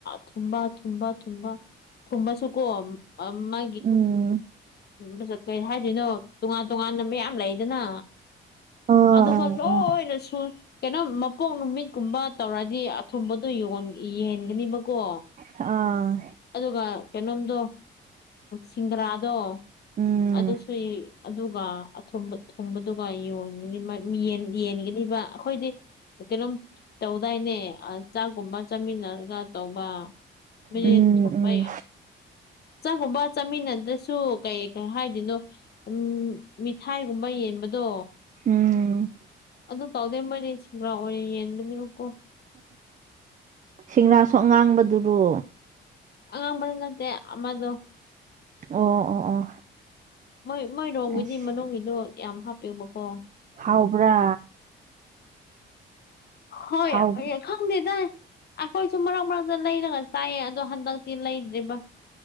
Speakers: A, on the left; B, on the right.
A: ꯊꯨꯝꯕ ꯊꯨꯝꯕ ꯊꯨꯝꯕ ꯊꯨꯝꯃꯁꯨꯀꯣ ꯃꯥ
B: ꯎꯝ
A: ꯎ ꯆꯠꯇꯣꯏ ꯍꯥꯏꯗꯣꯏꯅꯣ ꯇꯣꯉꯥꯟ ꯇꯣꯉꯥꯟꯅ ꯃꯌꯥꯝ ꯂꯩꯗꯅ
B: ꯑꯥ
A: ꯑꯗꯨꯒ
B: ꯑꯥ
A: ꯂꯣꯏꯅꯁꯨ
B: ꯑꯥ
A: ꯀꯩꯅꯣ ꯃꯄꯣꯛ ꯅꯨꯃꯤꯠꯀꯨꯝꯕ ꯇꯧꯔꯗꯤ ꯑꯊꯨꯝꯕꯗꯣ ꯌꯦꯍꯟꯒꯅꯤꯕꯀꯣ
B: ꯑꯥ
A: ꯑꯗꯨꯒ ꯀꯩꯅꯣꯝꯗꯣ ꯁꯤꯡꯗ꯭ꯔꯥꯗꯣ
B: ꯎꯝ
A: ꯑꯗꯨꯁꯨ ꯑꯗꯨꯒ ꯊꯨꯝꯕꯗꯨꯒ ꯌꯣꯜꯂꯤ ꯌꯦꯟꯒꯅꯤꯕ ꯑꯩꯈꯣꯏꯗꯤ ꯀꯩꯅꯣꯝ ꯇꯧꯗꯥꯏꯅꯦ ꯆꯥꯛꯀꯨꯝꯕ ꯆꯥꯃꯤꯟꯅꯔꯒ ꯇꯧꯕ ꯃꯤꯅꯤꯠ
B: ꯎꯝ
A: ꯊꯨꯝꯕꯩ
B: ꯎꯝ
A: ꯆꯥꯛꯀꯕ ꯆꯥꯃꯤꯟꯅꯗ꯭ꯔꯁꯨ ꯀꯩ ꯀꯩ ꯍꯥꯏ ꯀꯅꯣ ꯎꯝ ꯃꯤꯊꯥꯏꯒꯨꯝꯕ ꯌꯦꯟꯕꯗꯣ
B: ꯎꯝ
A: ꯑꯗꯨ ꯇꯧꯗꯕꯅꯤ ꯁꯤ꯭ꯔꯥ ꯑꯣꯏ ꯌꯦꯟꯒꯅꯤꯀꯣ
B: ꯁꯤꯡꯔꯥꯁꯨ ꯑ ꯉꯥꯡꯕꯗꯨꯔꯣ
A: ꯑꯉꯥꯡꯕꯗꯨ ꯅꯠꯇꯦ ꯑꯃꯗꯣ
B: ꯑꯣ ꯑꯣ ꯑꯣ
A: ꯃꯣꯏ ꯃꯣꯏꯔꯣꯡꯒꯤꯗꯤ
B: ꯑꯁ
A: ꯃꯅꯨꯡꯒꯤꯗꯣ ꯌꯥꯝ ꯍꯥꯞꯄꯤꯕꯀꯣ
B: ꯍꯥꯎꯕ꯭ꯔꯥ
A: ꯍꯣꯏ
B: ꯍꯥꯎ
A: ꯌꯥ ꯈꯪꯗꯦꯗ ꯑꯩꯈꯣꯏꯁꯨ ꯃꯔꯛ ꯃꯔꯛꯇ ꯂꯩꯔꯒ ꯆꯥꯏꯌꯦ ꯑꯗꯣ ꯍꯟꯗꯛꯇꯤ ꯂꯩꯗ꯭ꯔꯤꯕ